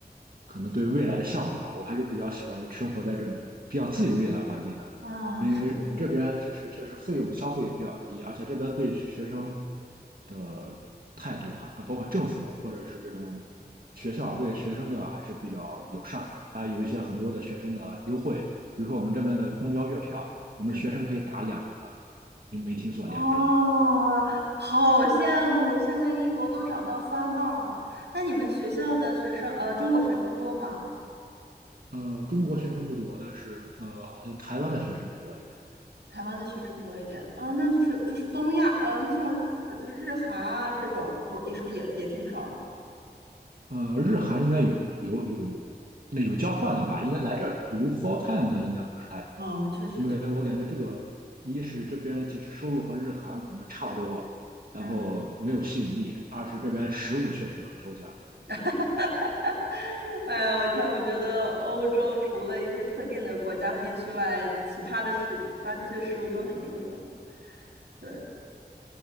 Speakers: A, on the right; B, on the right.
A: 可能对未来的向往吧。我还是比较喜欢生活在这种比较自由一点的环境的，
B: 啊，
A: 因为我们这边就是确实费用消费也比较低，
B: 是
A: 而且这边对学生的态度还包括政府或者是这种学校对学生的还是比较友善的，还有一些很多的学生的优惠，比如说我们这边的公交月票，我们学生可以打两折。
B: 是，
A: 你没听错，
B: 哦，
A: 两折。
B: 好羡慕！现在英国都长到三磅了，那你们学校的学生，呃，中国学生多吗？
A: 呃，中国学生不多，但是呃，好像台湾的学生多一点。
B: 台湾的学生多一点啊，那就是就是东亚，呃，那像呃就是日韩啊这种多，也是不是也也挺少的？
A: 呃，日韩应该有有有，那有交换的吧？应该来这儿读 full time 的应该不是太多，
B: 啊，确实，
A: 因为我感觉这个一是这边其实收入和日韩可能差不多，
B: 嗯，
A: 然后没有吸引力；二是这边食物确实很抽象。
B: <laughs> 哎呀，我天，我觉得欧洲除了一些特定的国家和地区外，其他的事，其他地区的食物都很抽象。对，